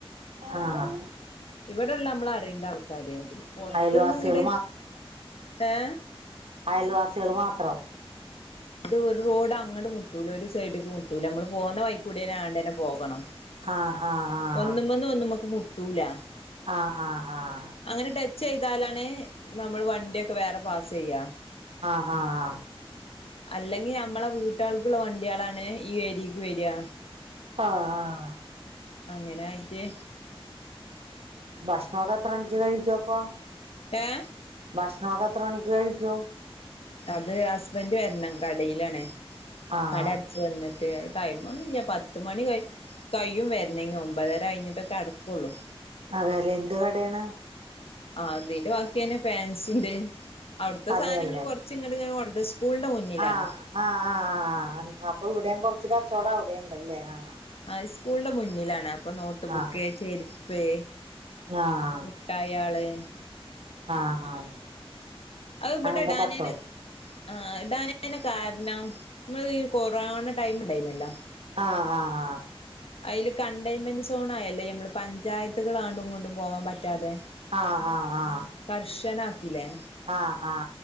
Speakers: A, on the right; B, on the left.
A: ആഹ്
B: ഇവിടെ ഇള്ള അമ്മൾ അറിയ്ണ്ട ആൾക്കാര് പിന്നെ പൊർത്ത്ന്ന്
A: അയൽവാസികൾ
B: ഇങ്ങെട്ട് ഏ
A: അയെൽ വാസിയെൾ മാത്രം
B: ഇത് ഒര് റോഡ് അങ്ങെട്ട് മുട്ടുലാ ഒര് സൈഡ്ക്ക് മുട്ടുലാ അമ്മെള് പോന്ന വൈക്കുടെന്നെ ആണ്ടെന്നെ പോകണം
A: ആഹ് ആഹ് ആഹ്
B: ഒന്ന്മെന്ന് ഒന്ന്മെക്ക് മു ട്ടുലാ
A: ആഹ് ആഹ് ആഹ്
B: അങ്ങനെ ടെച്ച് ചെയ്താലാണ് നമ്മെൾ വണ്ടിയൊക്കെ വേറെ പാസ് ചെയ്യാ
A: ആഹ് ആഹ്
B: അല്ലെങ്കി നമ്മളെ വീട്ടാൾക്കുള്ള വണ്ടികളാണ് ഈ പെരിക്ക് വെരാ
A: ആഹ് ആഹ്
B: അങ്ങനെയിട്ട്
A: ഭക്ഷണമൊക്കെ എത്ര മണിക്ക് കഴിക്കും അപ്പം
B: ഏ
A: ഭക്ഷ് <unintelligible> എത്ര മണിക്ക് കഴിക്കും
B: അത് ഹസ്ബന്റ് വരണം കടയിലാണേ
A: ആഹ്
B: കട അടച്ച് വന്നിട്ട് ടൈം ഒന്നുമില്ല പത്തു കഴി മണി കഴിയും വരുന്നെ ഒമ്പതര കഴിഞ്ഞിട്ടൊക്കെ അടക്കുള്ളൂ
A: അതല്ലേ എന്ത് കടയാണ്
B: ആ അതിന്റെ ബാക്കിന്നെ പാൻസിന്റെ അവിടുത്തെ
A: അതെല്ലേ
B: സാധനങ്ങൾ കൊറച്ചു ഇങ്ങട് ഇങ്ങനെ കൊൻ സ്കൂളിന്റെ മുന്നിലാണ്
A: ആഹ് ആഹ് ആഹ് അപ്പൊ ഇവിടെയും കൊറച്ച് കച്ചവടം അവിടെണ്ടല്ലേ ആഹ്
B: അ സ്കൂളിന്റെ മുന്നിലാണ് അപ്പ് അപ്പൊ നോട്ട് ബുക്ക്
A: ആഹ്
B: ചെരു പേ
A: ആഹ്
B: മുട്ടയാള്
A: ആഹ് ആഹ്
B: അത് ഇവിടെ
A: അങ്ങനത്തെ
B: ഇടാന്
A: കച്ചവടം
B: ന് ആഹ് ഡാനിന് കാരണം നമ്മള് കൊറൊണ ടൈം ഉണ്ടായിന്നല്ലോ
A: ആഹ് ആഹ് ആഹ്
B: അതില് കണ്ടെയൻമെന്റ് സോണയല്ലേ നമ്മള് പഞ്ചായത്തുകളൾ അങ്ങടും ഇങ്ങടും പോവാൻ പറ്റാതെ
A: ആഹ് ആഹ് ആഹ്
B: കർശന ക്കീലേ
A: ആഹ് ആഹ്